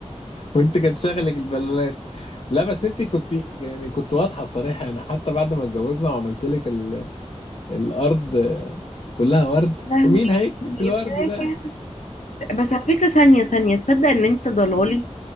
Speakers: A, on the left (about 50°); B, on the left (about 80°).
A: وانت كان شغلك البالونات لا بس انت كنت يعني كنت واضحه وصريحه يعني حتى بعد ما اتجوزنا وعملت لك ال... الارض كلها ورد
B: يا لهوي
A: ومين هيكنس الورد
B: فاكر
A: ده
B: بس على فكرة ثانية ثانية تصدق ان انت ضلالي